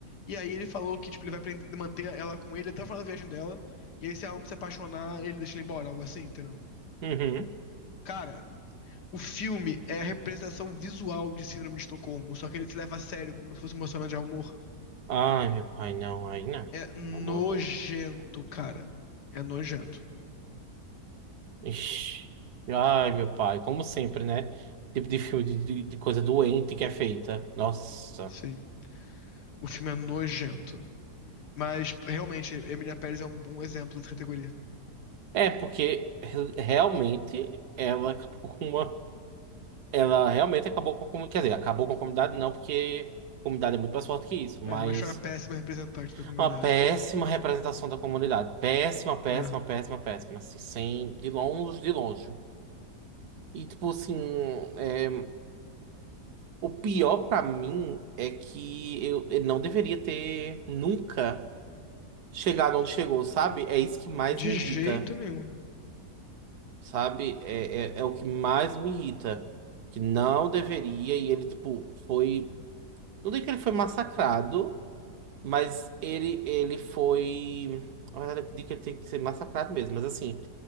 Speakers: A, on the left; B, on the right.
A: E aí ele falou que, tipo, ele vai prender- manter ela com ele até o final da viagem dela. E aí, se ela não se apaixonar, ele deixa ela embora, algo assim, entendeu?
B: uhum.
A: Cara, O filme é a representação visual de Síndrome de Estocolmo, só que ele se leva a sério como se fosse um relacionamento de amor.
B: Ai, meu pai, não, aí não.
A: É nojento,
B: Pelo Amor de Deus.
A: cara. É nojento.
B: Ixi. Ai, meu pai, como sempre, né? Tipo de filme de, de- de coisa doente que é feita. Nossa.
A: Sim. O filme é nojento. Mas, realmente, Emília Pérez é um bom exemplo dessa categoria.
B: É, porque re- realmente ela acabou com uma. Ela realmente acabou com a comunidade. Quer dizer, acabou com a comunidade, não, porque a comunidade é muito mais forte que isso, mas
A: É, mas foi uma péssima representante da comunidade.
B: uma péssima representação da comunidade. Péssima, péssima,
A: É.
B: péssima, péssima. Assim, sem. De longe, de longe. E, tipo, assim. é, O pior pra mim é que eu, eu não deveria ter nunca. chegar onde chegou, sabe? É isso que mais
A: De
B: me
A: jeito
B: irrita,
A: nenhum.
B: sabe? É, é, é o que mais me irrita. Que não deveria, e ele, tipo, foi. Não digo que ele foi massacrado, mas ele, ele foi. Na verdade, eu digo que ele tem que ser massacrado mesmo, mas assim.